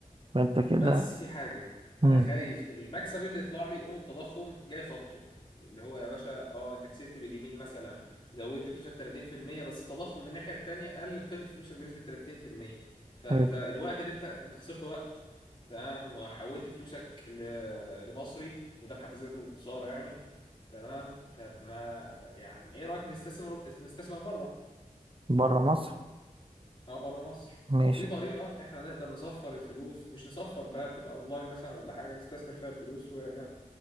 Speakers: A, on the right; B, on the left.
A: فأنت كده
B: بس في حاجة
A: مم.
B: أنا خايف المكسب اللي يطلع لي يقوم التضخم جاي خبطه اللي هو يا باشا أه أنت كسبت باليمين مثلا زودت فلوسك 30% بس التضخم من الناحية التانية قلل قيمة فلوسك بنسبة 30% فأنت
A: حلو
B: الوقت اللي أنت أنت خسرت وقت تمام وحولت فلوسك ل... لمصري وده في حد ذاته خسارة يعني تمام طب ما يعني إيه رأيك نستثمر نستثمر بره
A: برا مصر
B: اه بره مصر
A: ماشي
B: لو في طريقة احنا نقدر نصفر الفلوس مش نصفر بقى تبقى اونلاين مثلا ولا حاجة نستثمر فيها الفلوس ونعمل